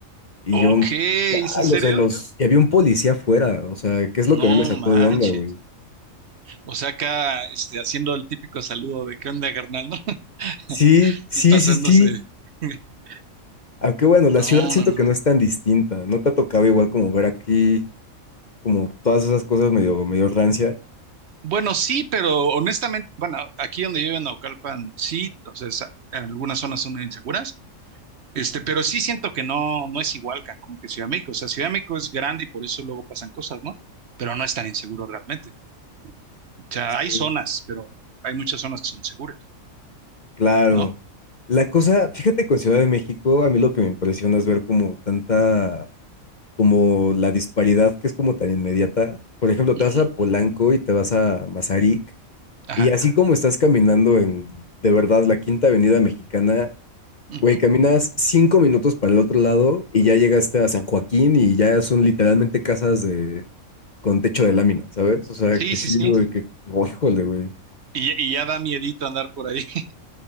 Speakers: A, on the left; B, on the right.
A: Y
B: ok,
A: yo,
B: ¿es
A: chale,
B: en serio?
A: o sea, los, y había un policía afuera, o sea, ¿qué es
B: No
A: lo que a mí me sacó
B: manches.
A: de onda, güey?
B: O sea, acá, este, haciendo el típico saludo de ¿qué onda, carnal? ¿no? <laughs>
A: Sí, sí,
B: Y pasándose.
A: sí, sí.
B: <laughs>
A: Aunque bueno, la
B: No,
A: ciudad siento
B: no, no.
A: que no es tan distinta, no te ha tocado igual como ver aquí, como todas esas cosas medio, medio rancia.
B: Bueno, sí, pero honestamente, bueno, aquí donde yo vivo en Naucalpan, sí, o sea, sa- algunas zonas son inseguras, este, pero sí siento que no, no es igual Cancún que Ciudad de México. O sea, Ciudad de México es grande y por eso luego pasan cosas, ¿no? Pero no es tan inseguro realmente. O sea, hay
A: Sí.
B: zonas, pero hay muchas zonas que son seguras,
A: Claro.
B: ¿no?
A: La cosa, fíjate con Ciudad de México, a mí lo que me impresiona es ver como tanta, como la disparidad que es como tan inmediata. Por ejemplo,
B: Ujú,
A: te vas a Polanco y te vas a Mazarik
B: Ajá.
A: y así como estás caminando en, de verdad, la Quinta Avenida Mexicana,
B: ujú.
A: güey, caminas cinco minutos para el otro lado y ya llegaste a San Joaquín y ya son literalmente casas de, con techo de lámina, ¿sabes? O sea,
B: Sí,
A: que sí,
B: sí, sí.
A: güey, que, oh, híjole, güey.
B: Y, ya- y ya da miedito andar por ahí. <laughs>